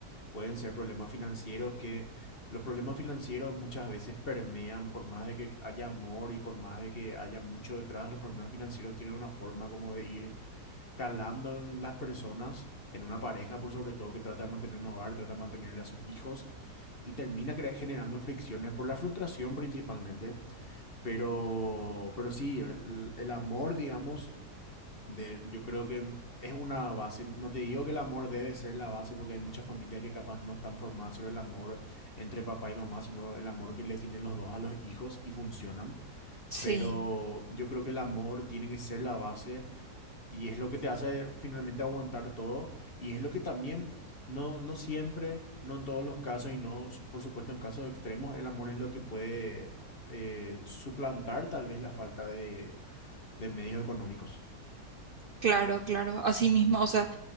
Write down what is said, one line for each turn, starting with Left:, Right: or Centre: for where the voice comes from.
Left: pueden ser problemas financieros que los problemas financieros muchas veces permean, por más de que haya amor y por más de que haya mucho detrás, los problemas financieros tienen una forma como de ir calando en las personas, en una pareja por sobre todo que trata de mantener un hogar, trata de mantenerle a sus hijos y termina cre- generando fricciones por la frustración principalmente, pero, pero sí, el, el amor, digamos de, yo creo que es una base. No te digo que el amor debe ser la base, porque hay muchas familias que capaz no están formadas sobre el amor entre papá y mamá, sino el amor que le tienen los dos a los hijos y funcionan.
Right: sí,
Left: Pero yo creo que el amor tiene que ser la base y es lo que te hace finalmente aguantar todo y es lo que también... No, no siempre, no en todos los casos y no, su- por supuesto, en casos extremos, el amor es lo que puede eh, suplantar tal vez la falta de, de medios económicos.
Right: claro, claro, así mismo, o sea,